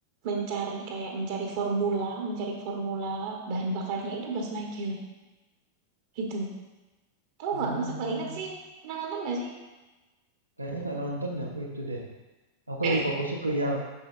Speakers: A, on the right; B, on the right.
A: mencari kayak mencari formula, mencari formula bahan bakarnya itu Buzz Lightyear gitu. Tahu
B: Hmm,
A: nggak? Masa nggak ingat sih? Pernah nonton nggak sih?
B: kayaknya nggak nonton deh aku itu deh. Aku
A: <clears throat>
B: lebih fokusnya ke yang